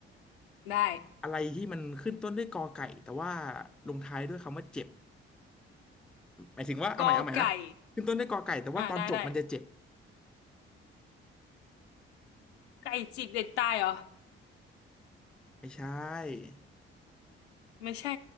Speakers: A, on the left; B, in the centre.
A: ได้
B: อะไรที่มันขึ้นต้นด้วยกอไก่แต่ว่าลงท้ายด้วยคำว่าเจ็บหมายถึงว่าเอาใหม่เอาใหม่นะขึ้นต้นด้วยกอไก่แต่ว่าตอนจบมันจะเจ็บ
A: กอไก่อ่าได้ได้ไก่จิกเด็กตายเหรอ
B: ไม่ใช่
A: ไม่ใช่